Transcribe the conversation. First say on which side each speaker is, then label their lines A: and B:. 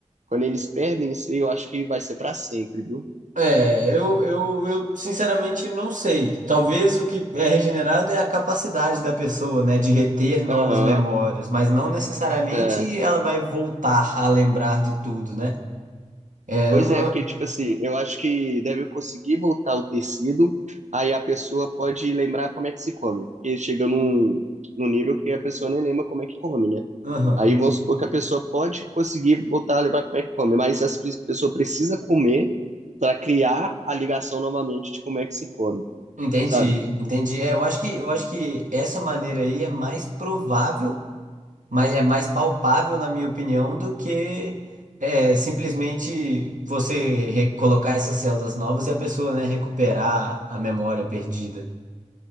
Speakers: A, on the right; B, on the right.
A: quando eles perdem isso aí, eu acho que vai ser pra sempre, viu?
B: É, eu, eu, eu sinceramente não sei. Talvez o que é regenerado é a capacidade da pessoa, né, de reter novas
A: Aham,
B: memórias, mas não necessariamente
A: é.
B: ela vai voltar a lembrar de tudo, né? É,
A: Pois
B: eu não.
A: é, porque, tipo assim, eu acho que deve conseguir voltar o tecido, aí a pessoa pode lembrar como é que se come. Porque chega num, num nível que a pessoa nem lembra como é que come, né?
B: Aham.
A: Aí vamos supor que a pessoa pode conseguir voltar a lembrar como é que come, mas a pessoa precisa comer para criar a ligação novamente de como é que se come,
B: Entendi,
A: sabe?
B: entendi. É, eu acho que, eu acho que essa maneira aí é mais provável, mas é mais palpável, na minha opinião, do que é, simplesmente você re- colocar essas células novas e a pessoa, né, recuperar a memória perdida.